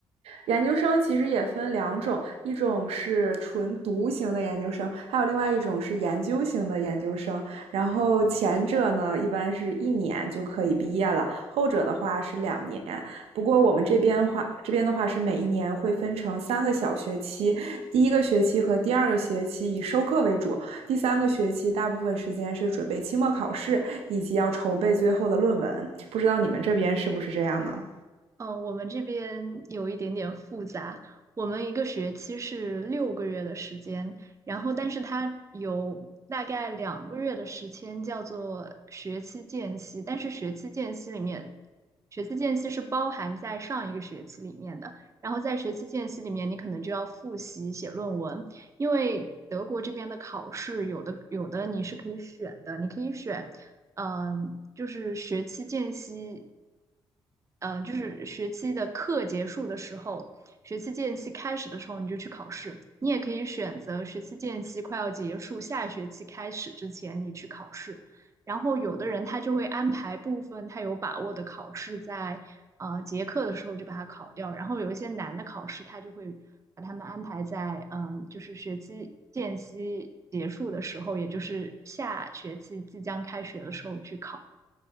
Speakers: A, on the right (about 85°); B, on the right (about 30°).
A: 研究生其实也分两种，一种是纯读型的研究生，还有另外一种是研究型的研究生。然后前者呢，一般是一年就可以毕业了，后者的话是两年。不过我们这边话，这边的话是每一年会分成三个小学期，第一个学期和第二个学期以授课为主，第三个学期大部分时间是准备期末考试以及要筹备最后的论文。不知道你们这边是不是这样呢？
B: 呃，我们这边有一点点复杂。我们一个学期是六个月的时间，然后但是它有大概两个月的时间叫做学期间隙，但是学期间隙里面，学期间隙是包含在上一个学期里面的。然后在学期间隙里面，你可能就要复习写论文，因为德国这边的考试有的有的你是可以选的，你可以选。嗯、就是学期间隙，嗯、就是学期的课结束的时候，学期间隙开始的时候你就去考试。你也可以选择学期间隙快要结束，下学期开始之前你去考试。然后有的人他就会安排部分他有把握的考试在呃结课的时候就把它考掉，然后有一些难的考试他就会把他们安排在嗯就是学期间隙结束的时候，也就是下学期即将开学的时候去考。